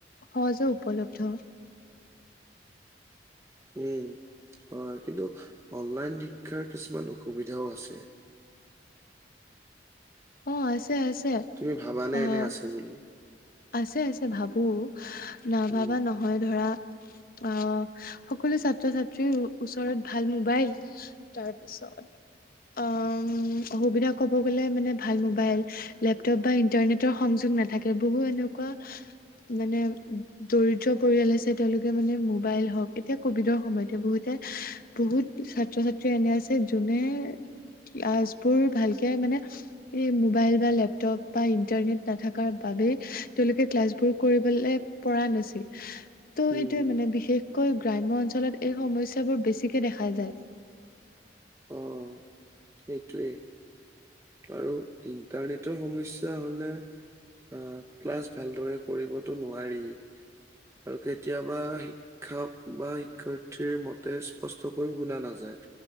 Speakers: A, on the left; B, on the right.
A: সহজে উপলব্ধ।
B: উম, অ', কিন্তু অনলাইন শিক্ষাৰ কিছুমান অসুবিধাও আছে।
A: অ', আছে, আছে।
B: তুমি ভাবানে
A: আহ
B: এনে আছে বুলি?
A: আছে, আছে, ভাবোঁ, নাভাবা
B: উম
A: নহয় ধৰা অ', সকলো ছাত্ৰ ছাত্ৰীৰ ওচৰত ভাল মোবাইল তাৰপিছত অ', অসুবিধা ক'ব গলে মানে, ভাল মোবাইল, লেপটপ বা ইণ্টাৰনেট সংযোগ নাথাকে, বহু এনেকুৱা মানে দৰিদ্ৰ পৰিয়াল আছে, তেওঁলোকে মানে মোবাইল হওঁক, এতিয়া ক'ভিডৰ সময়তে, বহুতে, বহুত ছাত্ৰ ছাত্ৰী এনে আছে, যোনে ক্লাছবোৰ ভালকে মানে এই মোবাইল বা লেপটপ বা ইণ্টাৰনেট নাথাকাৰ বাবে তেওঁলোকে ক্লাছ বোৰ কৰিবলে পৰা নাছিল, ত',
B: উম
A: সেইটোয়ে মানে
B: উম
A: বিশেষ কৈ গ্ৰাম্য অঞ্চলত এই সমস্যাবোৰ বেছিকে দেখা যায়।
B: অ সেইটোৱে। আৰু ইণ্টাৰনেটৰ সমস্যয়া হলে। অ ক্লাছ ভালদৰে কৰিবতো নোৱাৰি আৰু কেতিয়াবা সি। শিক্ষক বা শিক্ষয়্থীৰ মতে স্পষ্টকৈ গুনা নাযায়।